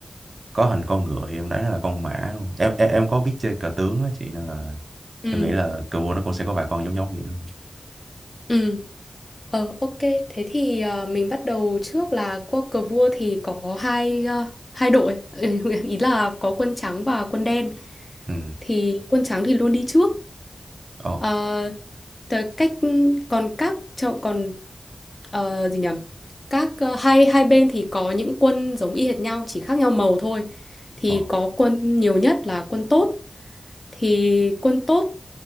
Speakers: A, on the right; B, on the left.
A: có hình con ngựa thì em đoán nó là con mã luôn. Em, em em có biết chơi cờ tướng á chị nên là
B: Ừ,
A: em nghĩ là cờ vua nó cũng sẽ có vài con giống giống vậy luôn.
B: ừ. Ờ, ok. Thế thì ờ, mình bắt đầu trước là qua cờ vua thì có hai ờ, hai đội. <laughs> Ý là có quân trắng và quân đen.
A: Ừ.
B: Thì quân trắng thì luôn đi trước.
A: Ồ,
B: Ờ, tờ- cách còn các cho- còn ờ, gì nhầm các ờ, hai hai bên thì có những quân giống y hệt nhau chỉ khác nhau màu thôi thì
A: ồ,
B: có quân nhiều nhất là quân tốt thì quân tốt